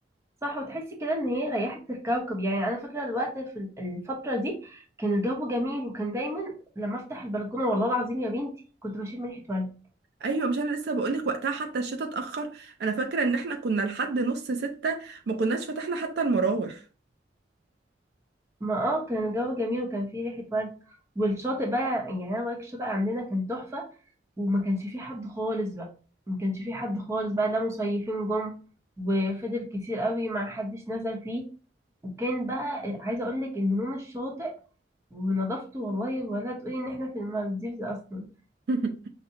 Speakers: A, on the right; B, on the right.
A: صح وتحسي كده ان هي ريحت الكوكب يعني انا فاكره الوقت في ال- الفتره دي كان الجو جميل وكان دايما لما افتح البلكونه والله العظيم يا بنتي كنت بشم ريحه ورد
B: أيوة مش أنا لسه بقولك وقتها حتى الشتاء اتأخر أنا فاكرة إن إحنا كنا لحد نص ستة ما كناش فتحنا حتى المراوح
A: ما اه كان الجو جميل وكان فيه ريحه ورد والشاطئ بقى يعني انا بقولك الشاطئ عندنا كان تحفه وما كانش فيه حد خالص بقى ما كانش فيه حد خالص بقى لا مصيفين جم وفضل كتير قوي ما حدش نزل فيه وكان بقى عايزه اقول لك ان لون الشاطئ ونظافته والله ولا تقولي ان احنا في المالديفز اصلا
B: <laughs>